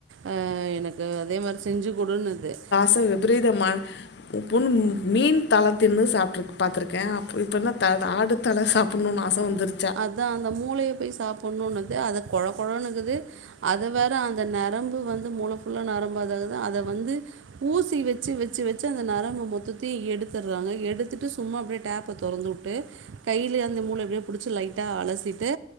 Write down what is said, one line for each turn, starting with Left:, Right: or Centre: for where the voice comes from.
Right: ஆ எனக்கு அதே மாதிரி செஞ்சு கொடுனுது
Left: சா விபரீதம பொண்ணு மீன் தலத்தின்னு சாப்டு பா்த்தருக்கே இப்ப என்ன ஆடு தல சாப்பிடணும்னு ஆச வந்துறு
Right: அதா அந்த மூளைய போய் சாப்பிட்ணுன்னுது அத கொழ கொழன்னுக்குது அத வேற அந்த நரம்பு வந்து மூள ஃபுல்லா நரம்பாதது அத வந்து ஊசி வச்சு வச்சு வச்சு அந்த நரம்பு மொத்தத்தயு எடுத்துடுறாங்க எடுத்துட்டு சும்மா அப்டியே டேப்ப தொறந்துவிட்டு கையிலேந்த மூளை எப்டியே பிடிச்சி லைட்டா அலசிட்டு